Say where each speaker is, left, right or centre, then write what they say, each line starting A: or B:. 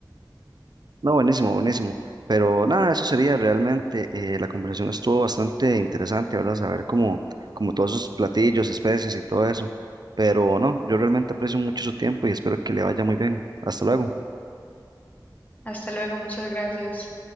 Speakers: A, on the right; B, on the left.
A: No, buenísimo, buenísimo. Pero nada, eso sería realmente, eh, la conversación estuvo bastante interesante, ¿verdad? Saber cómo, como todos esos platillos, especies y todo eso. Pero no, yo realmente aprecio mucho su tiempo y espero que le vaya muy bien. Hasta luego.
B: Hasta luego, muchas gracias.